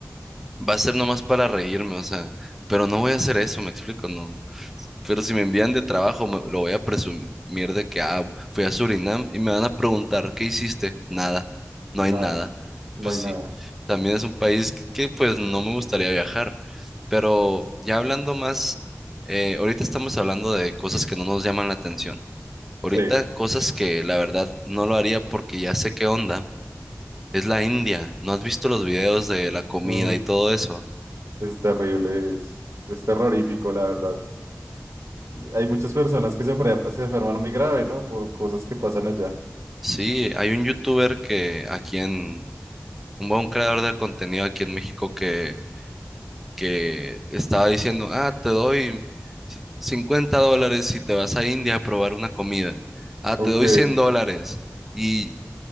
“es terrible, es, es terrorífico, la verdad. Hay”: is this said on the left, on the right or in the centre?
Right